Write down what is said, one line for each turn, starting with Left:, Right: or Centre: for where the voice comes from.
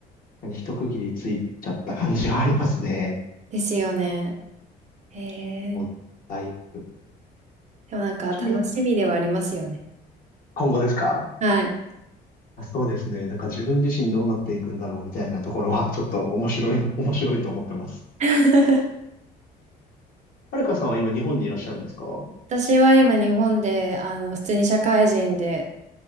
Left: 一区切りついちゃった感じはありますね。
Right: ですよね。へ
Left: そうです。
Right: え。
Left: だいぶ。
Right: でもなんか楽しみではありますよね。
Left: ちなみに、今後ですか
Right: はい。
Left: あ、そうですね。なんか自分自身どうなっていくんだろうみたいなところは、<laughs> ちょっと面白い、面白いと思ってます。
Right: <laughs>
Left: はるかさんは今日本にいらっしゃるんですかう
Right: 私は今日本で、あの、普通に社会人で、